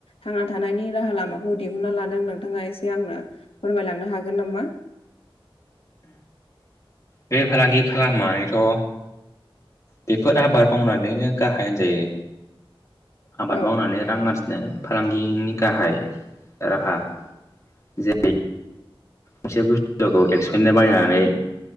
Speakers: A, on the left; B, on the left.
A: थांना थानायनि राहा लामाखौ दिहुनना लादों नोंथाङा एसे आंनो फोरमायलांनो हागोन नामा।
B: बे फालांगि खालामनानैथ' बेफोर आबाद मावनानैनो गाहाय होनजायो। आबाद
A: औ
B: मावनानै रां आरजिनाय फालांगिनि गाहाय राहा। जे मोनसे बुस्थु एक्स'नि बायनानै